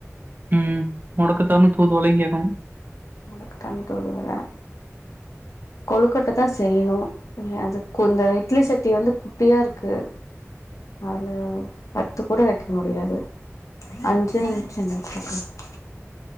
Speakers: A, on the right (about 40°); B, on the left (about 85°).
A: ம் மொடக்கத்தானு தூதுவளையு கேக்கணு
B: முடக்குத்தான் தூதுவள கொழுக்கட்ட தா செய்யணு அதுக்குந்த இட்லி சட்டி வந்து குட்டியாருக்கு அதுல பத்து கூட வக்க முடியாது அஞ்சுன்‌ சின்ன <unintelligible>